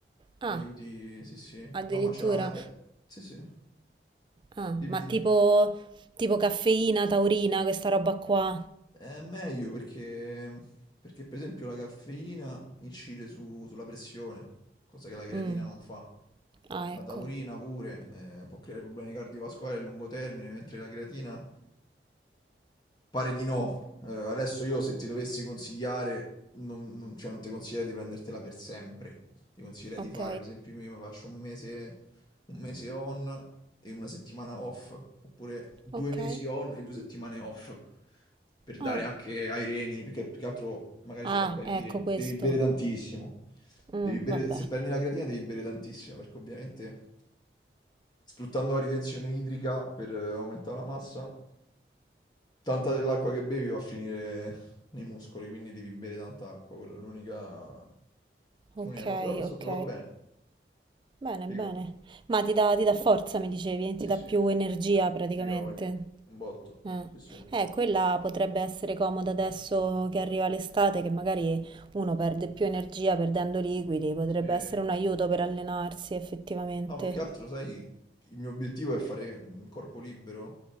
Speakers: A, on the right; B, on the left.
A: Ah,
B: Aiuti, sì, sì.
A: addirittura.
B: No, ma c'ha, eh, beh, sì, sì.
A: Ah,
B: Dimmi,
A: ma
B: dimmi.
A: tipo, tipo caffeina, taurina, questa roba qua.
B: È meglio perché, perché, per esempio, la caffeina incide su- sulla pressione, cosa che la creatina
A: Mm.
B: non fa.
A: Ah,
B: La
A: ecco.
B: taurina pure, eh, può creare problemi cardiovascolari a lungo termine, mentre la creatina Pare di no. Eh, adesso io se ti dovessi consigliare, non, non- cioè, non ti consiglierei di prendertela per sempre. Ti consiglierei
A: Ok,
B: di fare, per esempio, io mi faccio un mese, un mese on e una settimana off, oppure due
A: ok.
B: mesi on e due settimane off, per dare
A: Ah,
B: anche ai reni, perché più che altro magari
A: Ah,
B: sovraccarichi
A: ecco
B: i reni.
A: questo.
B: Devi bere tantissimo.
A: Mm,
B: Devi bere,
A: vabbè.
B: se prendi la creatina devi bere tantissimo, perché ovviamente sfruttando la ritenzione idrica per eh, aumentare la massa Tanta dell'acqua che bevi va a finire nei muscoli, quindi devi bere tanta acqua, quella è l'unica
A: Ok,
B: l'unica cosa. Però mi sono
A: ok.
B: trovato bene,
A: Bene,
B: figo.
A: bene. Ma ti dà, ti dà forza, mi dicevi, ti
B: Sì,
A: dà
B: sì,
A: più energia praticamente.
B: sì, la voglia. Un botto.
A: Eh.
B: Sì, sì.
A: Eh, quella potrebbe essere comoda adesso che arriva l'estate, che magari uno perde più energia perdendo liquidi, potrebbe
B: Sì.
A: essere un aiuto per allenarsi effettivamente.
B: No, più che Sì. altro, sai, il mio obiettivo è fare mm, corpo libero